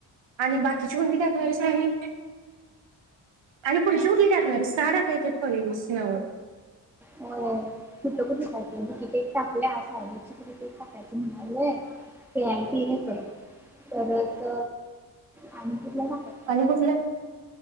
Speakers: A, on the right (about 80°); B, in the centre.
A: आणि बाकीची कोणती टाकणारच आणि आणि पुढची कुठली टाकणार आहेस, सहा टाकायची <unintelligible> दिस नाव
B: हो.. यच तिकीटेक आ साहेबची तिकीटेक म्हणालं <unintelligible> <unintelligible> ऐ आय टी परत. आणि कुठला टाकायचा.
A: आणि कुठलं